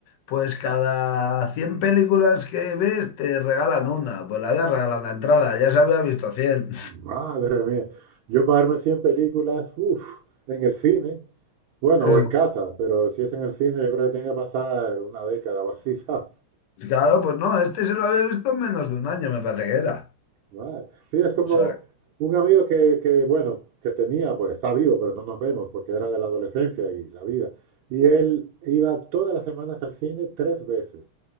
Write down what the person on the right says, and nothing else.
Madre mía. Yo pagarme 100 películas, uff, en el cine, bueno,
o en casa, pero si es en el cine, yo creo que tiene que pasar una década o así, <laughs> ¿sabes?
Madre. Sí, es como
un amigo que, que, bueno, que tenía, pues está vivo, pero no nos vemos porque era de la adolescencia y la vida. Y él iba todas las semanas al cine tres veces,